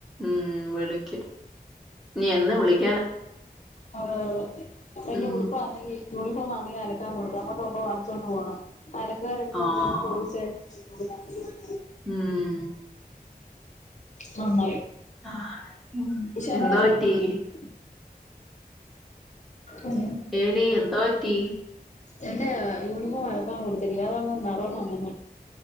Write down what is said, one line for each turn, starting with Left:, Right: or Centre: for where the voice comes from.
Centre: ഉം വിളിക്കും ഇനി എന്ന് വിളിക്കും
Left: അ എന്റെ
Centre: ഉം
Left: ഉടുപ്പ് ആണെങ്കി യൂണിഫോം ആണെങ്കിൽ അലക്കാൻ കൊടുത്ത അങ്ങോട്ട് പോവുമ്പം വാങ്ങിച്ചോണ്ട് പോണം അലക്കാരോടൊന്ന്
Centre: ആഹ്
Left: ചോദിച്ചേ <unintelligible>
Centre: ഉം
Left: നന്നായി
Centre: ആ, ഉം
Left: വിശമ്മേട
Centre: എന്തോ പറ്റി
Left: <unintelligible> ഉം
Centre: ഏടീ എന്താ പറ്റി
Left: എന്റെ യൂണിഫോം അലക്കാൻ കൊടുത്തിരിക്ക അതങ്ങ് നെറം മങ്ങുന്നു